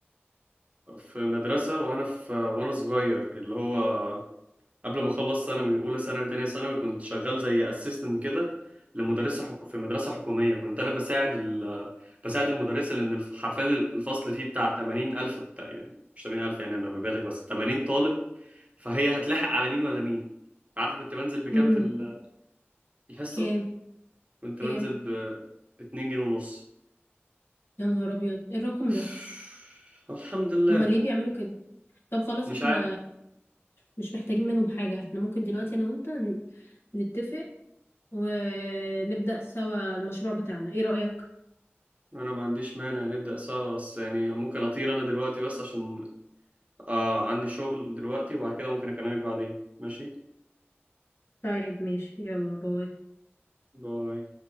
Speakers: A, on the right; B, on the left.
A: في مدرسة وانا في وانا صغير اللي هو قبل ما اخلص ثانوي اولى ثانوي تانية ثانوي كنت شغال زي اسيستنت كده لمدرسه حك... في مدرسه حكوميه كنت انا بساعد ال... بساعد المدرسه لان الف- حرفيا الفصل فيه بتاع 80000 الف يعني مش 80000 يعني انا ببالغ بس 80 طالب فهي هتلحق على مين ولا مين عارف كنت بنزل بكام
B: امم
A: في ال- الحصه
B: كام
A: كنت
B: كام
A: بنزل ب ب 2 جنيه ونص
B: يا نهار ابيض إيه الرقم
A: <sighs>
B: ده
A: الحمد لله
B: هما ليه بيعملوا كده طب خلاص
A: مش
B: احنا
A: عارف
B: مش محتاجين منهم حاجه احنا ممكن دلوقتي انا وانت ن- نتفق ونبدا سوا المشروع بتاعنا ايه رايك
A: انا ما عنديش مانع نبدا سوا بس يعني ممكن اطير انا دلوقتي بس عشان آه عندي شغل دلوقتي وبعد كده ممكن أكلمك بعدين ماشي
B: طيب ماشي يلا باي
A: باي